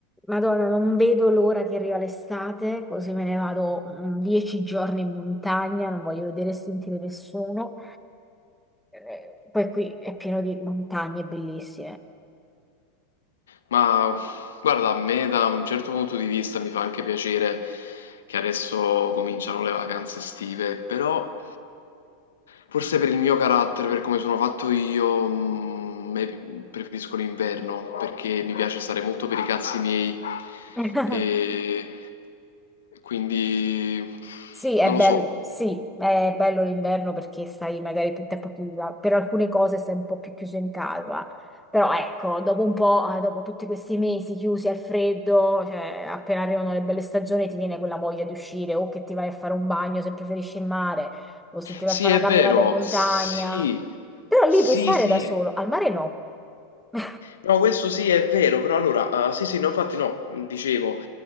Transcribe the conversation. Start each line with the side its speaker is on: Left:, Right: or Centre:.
Centre: Madonna, non vedo l'ora che arriva l'estate, così me ne vado mm, dieci giorni in montagna, non voglio vedere e sentire nessuno. Eh, Poi qui è pieno di montagne bellissime.
Left: Ma guarda, a me da un certo punto di vista mi fa anche piacere che adesso cominciano le vacanze estive, però forse per il mio carattere, per come sono fatto io, mm, me- preferisco l'inverno perché mi piace stare molto per i cazzi miei
Centre: <laughs>
Left: e quindi
Centre: Sì, è
Left: non
Centre: bello,
Left: lo so.
Centre: sì, è bello l'inverno perché stai magari più tempo chiusa, per alcune cose stai un po' più chiuso in casa, però ecco, dopo un po', eh, dopo tutti questi mesi chiusi al freddo, cioè, appena arrivano le belle stagioni ti viene quella voglia di uscire o che ti vai a fare un bagno se preferisci il mare o se ti vai
Left: Sì,
Centre: a fare
Left: è
Centre: una camminata
Left: vero,
Centre: in montagna,
Left: sì,
Centre: però
Left: sì,
Centre: lì puoi stare
Left: sì.
Centre: da solo, al mare no. <laughs>
Left: No, questo sì è vero, però allora, eh, sì sì, no, infatti no, dicevo,